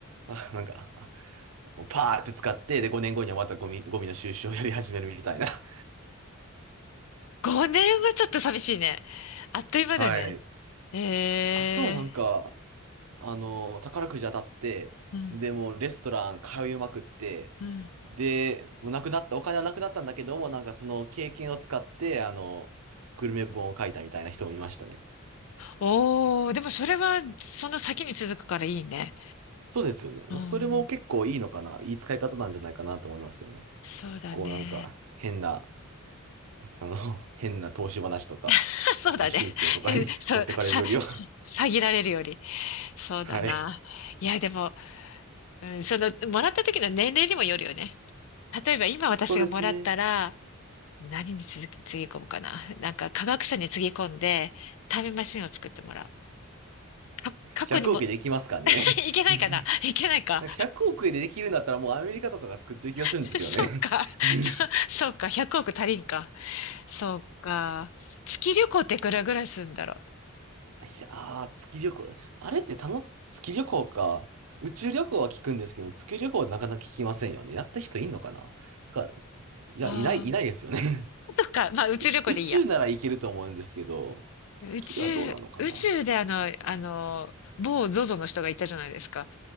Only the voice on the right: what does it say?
あ、なんか、あもうパーって使って、で、5年後にはまたゴミ、ゴミの収集をやり始めるみたいな。<laughs>
はい。
あとはなんか、あの、宝くじ当たって、
で、もうレストラン通いまくって、
で、もうなくなった、お金はなくなったんだけども、なんかその経験を使って、あの、グルメ本を書いたみたいな人もいましたね。
そうですよね。
それも結構いいのかな、いい使い方なんじゃないかなと思いますよね。
こうなんか、変な、あの、<laughs> 変な投資話とか、
まあ宗教とかに
<laughs> 持ってかれるよりは
はい。
そうですね。
100億でいきますかね。
<laughs> なんか100億円でできるんだったらもうアメリカとかが作ってる気がするんですけどね。
<laughs>
いやー、月旅行。あれってたの、月旅行か。宇宙旅行は聞くんですけど、月旅行はなかなか聞きませんよね。やった人いんのかななんか、いや、
いない、いないですよね。
<laughs>
宇宙宇宙なら行けると思うんですけど、月はどうなのかな